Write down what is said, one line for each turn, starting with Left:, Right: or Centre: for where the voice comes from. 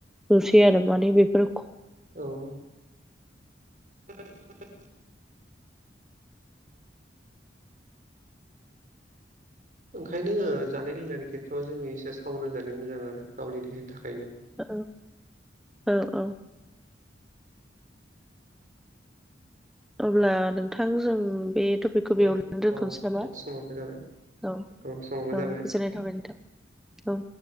Centre: नुसै आरो माने बेफोर ख
Right: औ <inaudible> ओंखायनो जानाय लोंनायनि खेथ्रआव जोङो एसे साबध जानाय मोजां आरो गावनि देहानि थाखायनो।
Centre: औ औ औ औ अब्ला नोंथां जों बे थफिखो बेखौ
Right: दे
Centre: बेयावनानै दोनथ'नोसै
Right: औ नोंथां
Centre: नामा?
Right: समाबो जाबाय
Centre: औ
Right: समाबो
Centre: औ
Right: जाबाय।
Centre: गोजोननाय थाबाय नोथा औ